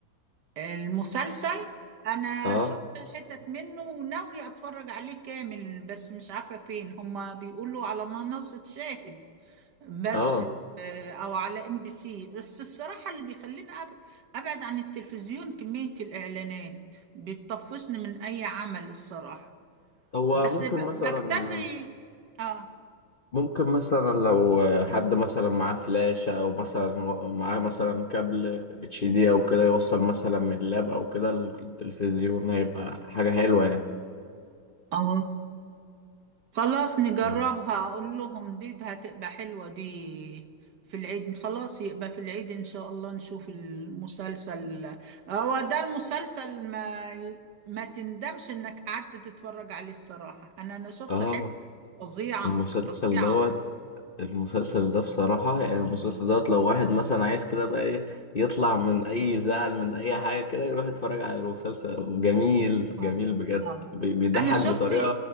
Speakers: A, on the right; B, on the left.
A: المسلسل انا
B: اه
A: شفت حتت منه وناوية اتفرج عليه كامل بس مش عارفة فين هما بيقولوا على منصة شاهد بس
B: اه
A: آه، او على ام بي سي بس الصراحه اللي بيخليني أب- ابعد عن التلفزيون كميه الاعلانات بتطفشني من اي عمل الصراحه
B: هو
A: بس
B: ممكن
A: ب-
B: مثلا
A: بكتفي اه
B: ممكن مثلا لو حد مثلا معاه فلاشة أو مثلا معاه مثلا كابل اتش دي أو كده يوصل مثلا من اللاب أو كده التلفزيون هيبقى حاجة حلوة يعني
A: اه خلاص نجربها
B: مم.
A: اقول لهم دي ده هتبقى حلوه دي في العيد خلاص يبقى في العيد ان شاء الله نشوف المسلسل هو ده المسلسل ما ما تندمش انك قعدت تتفرج عليه الصراحه انا انا شفت
B: اه
A: فظيعة
B: المسلسل
A: فظيعة
B: دوت المسلسل ده بصراحة يعني المسلسل دوت لو واحد مثلا عايز كده بقى ايه يطلع من أي زعل من أي حاجة كده يروح يتفرج على المسلسل جميل
A: آه.
B: جميل بجد
A: آه.
B: بي- بيضحك
A: أنا شفت
B: بطريقة